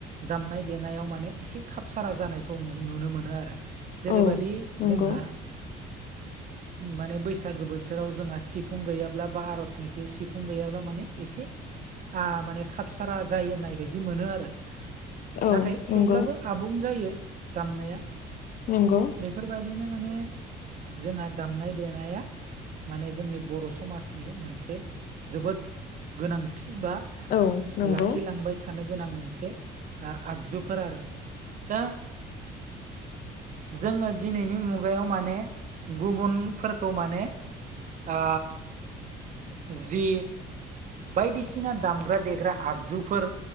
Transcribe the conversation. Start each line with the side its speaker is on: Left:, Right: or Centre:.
Right: दामनाय देनायाव माने एसे खपसारा जानायखौ नु-नुनो मोनो आरो। जेरैबादि
Left: औ नंगौ
Right: जोंहा माने बैसागो बोथोराव जोंहा सिफुं गैयाब्ला बा आर'ज मेथाइआव सिफुं गैयाब्ला माने एसे ओ माने खापसारा जायो होननाय बायदि मोनो आरो।
Left: औ
Right: नाथाय
Left: नंगौ
Right: थेवब्लाबो आबुं जायो दामनाया।
Left: नोंगौ।
Right: बेफोरबायदिनो माने जोंहा दामनाय देनाया माने जोंनि बर' समाजनि मोनसे जोबोद गोनांथि बा
Left: औ नंगौ
Right: लाखिलांबाय थानो गोनां मोनसे आगजुफोर आरो। दा जोङो दिनैनि मुगायाव माने गुबुनफोरखौ माने आ जि बायदिसिना दामग्रा देग्रा आगजुफोर